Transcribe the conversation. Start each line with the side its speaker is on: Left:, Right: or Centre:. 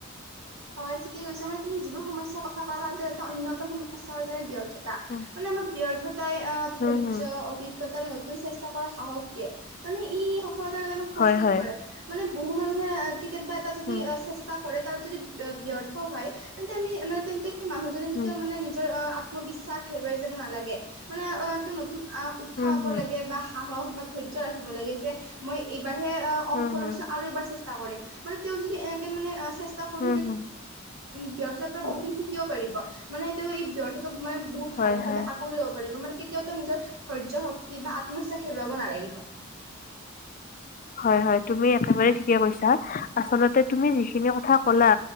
Right: হয় ঠিকে কৈছে মানে তুমি যিবোৰ সমস্যাৰ কথা ক'লা তাৰ এটা অন্যতম সমস্যা হয় যেনে ব্যৰ্ তা
Left: উম,
Right: মানে আমাক ব্যৰ্থতাই ধৈৰ্য,
Left: হুম, হুম।
Right: অভিজ্ঞতাৰ, তু সাহস দিয়ে মানে ই সফলতাত আমাক প্ৰস্তুত
Left: হয়, হয়।
Right: কৰে মানে, বহু মানুহে, কেতিয়াবা এটা যদি
Left: উম,
Right: চেষ্টা, ক'ৰে তাত যদি, ব্যৰ্থ হয় তেন্তে আমি মানে তেন্তে, সেই মানুহজনে কেতিয়াও
Left: হুম,
Right: মানে নিজৰ, আত্ম বিশ্বাস হেৰুৱাই যাব নালাগে মানে অটোতু নতুন আহ উৎসাহ
Left: উম,
Right: হ'ব
Left: হুম,
Right: লাগে বা সাহস, বা ধৈৰ্য ৰাখিব লাগে যে মই, এইবাৰ হে অ'
Left: হুম,
Right: অংফলৈছো
Left: হুম,
Right: আৰু এইবাৰ চেষ্টা কৰিম মানে তেওঁ যদি এনেকে মানে ক <unintelligible> মানে
Left: হুম, হুম।
Right: উম ব্যৰ্থতাত্ৰা বহুখিনি শিকিব পাৰিব মানে সেইটো এই ব্যৰ্থ মানে বহুত ভাল
Left: হয়, হয়।
Right: ভাৱে আকুৰি ল'ব পাৰিব মানে কেতিয়াও নিজৰ ধৈৰ্য শক্তি কিবা আত্মবিশ্বাস হেৰুৱাব নালাগিব।
Left: হয় হয় তুমি একেবাৰ ঠিকে কৈছা, আচলতে তুমি যিখিনি কথা কলা